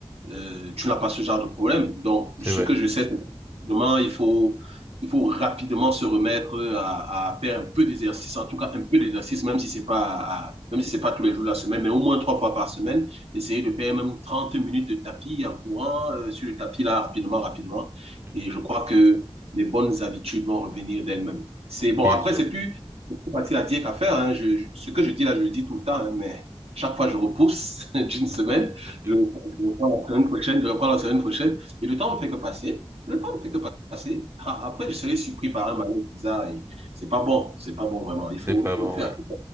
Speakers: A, on the right; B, on the right.
A: euh, tu n'as pas ce genre de problème. Donc,
B: C'est
A: ce
B: vrai.
A: que je sais, c'est que demain, il faut, il faut rapidement se remettre à, à faire un peu d'exercice, en tout cas un peu d'exercice, même si c'est pas, à- même si c'est pas tous les jours de la semaine, mais au moins trois fois par semaine essayer de faire même 30 minutes de tapis en courant euh, sur le tapis là rapidement, rapidement.
B: Mhm.
A: Et je crois que les bonnes habitudes vont revenir d'elles-mêmes. C'est bon,
B: Bien
A: après,
B: sûr.
A: c'est plus, c'est plus facile à dire qu'à faire. hein. Je- je- ce que je dis là, je le dis tout le temps, hein, mais chaque fois, je repousse <laughs> d'une semaine.
B: <laughs>
A: Je, je reprends la semaine prochaine, je reprends la semaine prochaine. Et le temps ne fait que passer. Le temps ne fait que passer. Ah, Après,
B: Hmm.
A: je serai surpris par un malaise bizarre et c'est pas bon. C'est pas bon, vraiment. Il
B: C'est
A: faut,
B: pas
A: il faut
B: bon,
A: le faire.
B: oui.